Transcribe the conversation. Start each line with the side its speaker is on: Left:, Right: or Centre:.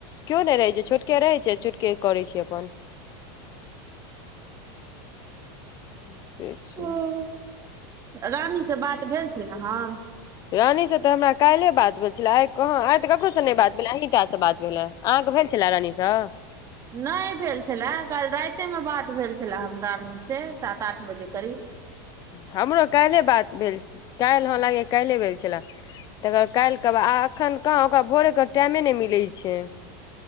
Left: किओ नय रहै छै छोटकेँ रहै छै छोटकेँ करै छै अपन
Right: <inaudible>
Left: हुँ से छै
Right: हँ रानीसँ बात भेल छलै हन
Left: रानी सऽ तऽ हमरा काइले बात भेल छले आइ कहाँ आइ तऽ ककरो सऽ नय बात भेले अहाँ टा सँ बात भेलैे अहाँकेँ भेल छलै रानीसँ
Right: नय भेल छेला काइल राइते मऽ बात भेल छेला हमरा सेँ सात आठ बजे करीब
Left: हमरो काइल बात भेल काइल ह लागै यऽ काइले भेल छलै तकर बाद काइल तब आ एखैन कहाँ ओकरा भोरे कऽ टाइमे नय मिलै छै